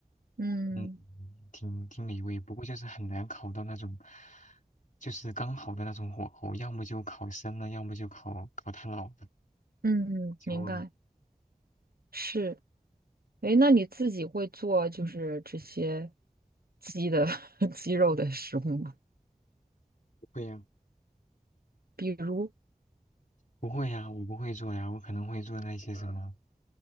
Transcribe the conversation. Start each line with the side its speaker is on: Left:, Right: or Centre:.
Right: 嗯
Left: 嗯，挺挺美味。不过就是很难烤到那种，就是刚好的那种火候，要么就烤生了，要么就烤烤太老了，
Right: 嗯，
Left: 焦了。
Right: 明白。是，哎，那你自己会做就是这些鸡的 <laughs> 鸡肉的食物吗？
Left: 不会呀、
Right: 比如，
Left: 不会呀，我不会做呀，我可能会做那些什么，